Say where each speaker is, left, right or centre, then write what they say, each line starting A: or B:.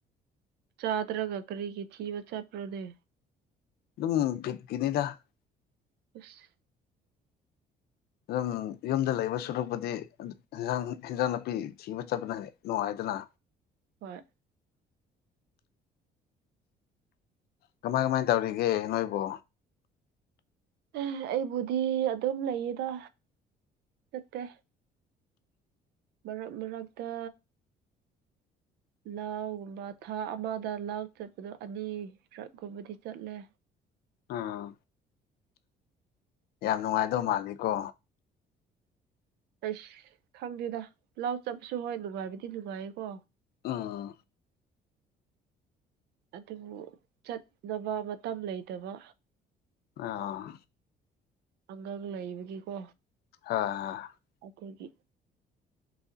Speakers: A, on the right (about 75°); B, on the left (about 70°).
A: ꯆꯥꯗ꯭ꯔꯒ ꯀꯔꯤꯒꯤ ꯊꯤꯕ ꯆꯠꯄ꯭ꯔꯥꯅꯦ
B: ꯑꯗꯨꯝ ꯕꯤꯠꯀꯤꯅꯤꯗ
A: ꯑꯁ
B: ꯑꯗꯨꯝ ꯌꯨꯝꯗ ꯂꯩꯕ ꯁꯨꯔꯨꯛꯄꯨꯗꯤ ꯏꯟꯖꯥꯡ ꯏꯟꯖꯥꯡ ꯅꯥꯄꯤ ꯊꯤꯕ ꯆꯠꯄꯅ ꯍꯦꯟꯅ ꯅꯨꯡꯉꯥꯏ ꯗꯅꯥ
A: ꯍꯣꯏ
B: ꯀꯃꯥꯏ ꯀꯃꯥꯏ ꯇꯧꯔꯤꯒꯦ ꯅꯣꯏꯕꯨ
A: ꯑꯦ ꯑꯩꯕꯨꯗꯤ ꯑꯗꯨꯝ ꯂꯩꯌꯦꯗ ꯆꯠꯇꯦ ꯃꯔꯛ ꯃꯔꯛꯇ ꯂꯥꯎꯒꯨꯝꯕ ꯊꯥ ꯑꯃꯗ ꯂꯥꯎ ꯆꯠꯄꯗꯣ ꯑꯅꯤꯔꯛ꫰ꯀꯨꯝꯕꯗꯤ ꯆꯠꯂꯦ
B: ꯑꯥ ꯌꯥꯝ ꯅꯨꯡꯉꯥꯏꯗꯧ ꯃꯥꯜꯂꯤꯀꯣ
A: ꯑꯩꯁ ꯈꯪꯗꯦꯗ ꯂꯥꯎ ꯆꯠꯄꯁꯨ ꯍꯣꯏ ꯅꯨꯡꯉꯥꯏꯕꯗꯤ ꯅꯨꯡꯉꯥꯏꯌꯦꯀꯣ
B: ꯑꯥ
A: ꯑꯗꯨꯕꯨ ꯆꯠꯅꯕ ꯃꯇꯝ ꯂꯩꯇꯕ
B: ꯑꯥ
A: ꯑꯉꯥꯡ ꯂꯩꯕꯒꯤꯀꯣ
B: <unintelligible>
A: ꯈꯣꯏꯒꯤ